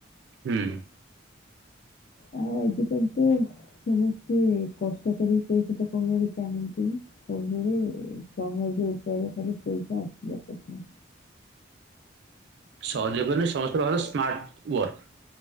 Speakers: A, on the right (about 55°); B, on the left (about 50°).
A: ହୁଁ।
B: ଆଉ ଆଜିିକାଲିତ ସମସ୍ତେ କଷ୍ଟ କରି ପଇସାଟା କମେଇବାକୁ ଚାହାଁନ୍ତିନି। ସବୁଳେ ସହଜ ଉପାୟରେ ଖାଲି ପଇସା ଆସିବା କଥା।
A: ସହଯୋଗ ମାନେ ସମସ୍ତେ ଭଲ ସ୍ମାର୍ଟ ୱାର୍କ